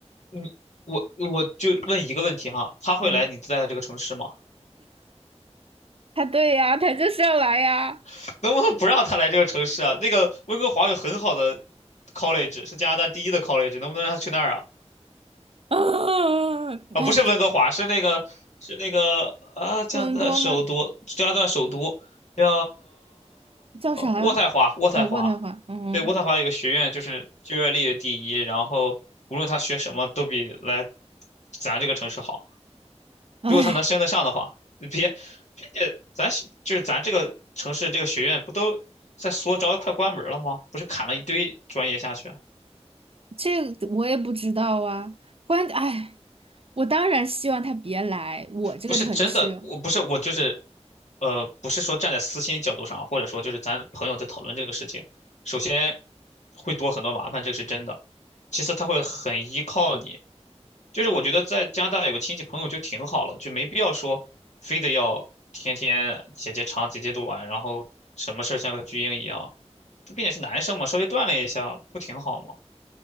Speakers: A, on the left (about 85°); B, on the right (about 55°).
A: 你我我就问一个问题哈，他会来你在的这个城市吗？
B: 嗯，他对呀，他就是要来呀。
A: <laughs> 能不能不让他来这个城市啊？那个温哥华有很好的 college，是加拿大第一的 college，能不能让他去那儿啊？
B: <laughs> 啊，
A: 啊，
B: 哎，
A: 不是温哥华，是那个是那个啊，加拿大首都，
B: 多伦多吗？
A: 加拿大首都叫
B: 叫啥呀？
A: 渥太华，渥太华，
B: 哦，渥太华。嗯，
A: 对，渥太华有个学院，就是就业率第一，然后无论他学什么都比来咱这个城市好。
B: 哎，
A: 如果他能升得上的话，别别且咱就是咱这个城市这个学院不都在缩招，快关门了吗？不是砍了一堆专业下去啊，
B: 这个我也不知道啊。关，哎，我当然希望他别来我这个城市。
A: 不是真的，我不是我就是，呃，不是说站在私心角度上啊，或者说就是咱朋友在讨论这个事情，首先会多很多麻烦，这个是真的。其次，他会很依靠你，就是我觉得在加拿大有个亲戚朋友就挺好了，就没必要说非得要天天姐姐长姐姐短，然后什么事儿像个巨婴一样。这毕竟是男生嘛，稍微锻炼一下不挺好吗？